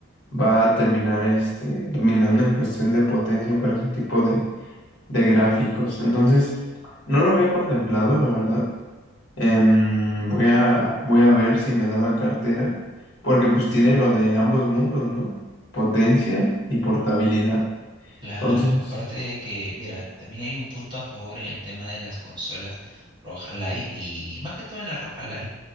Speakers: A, on the left; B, on the right.
A: va a terminar este, dominando en cuestión de potencia para ese tipo de, de gráficos. Entonces, no lo había contemplado, la verdad. Em, voy a, voy a ver si me da la cartera, porque pues tiene lo de ambos mundos, ¿no? Potencia y portabilidad.
B: Claro,
A: Entonces,
B: aparte de que, mira, también hay un punto a favor en el tema de las consolas Roja Light y más que todo en la Roja Light,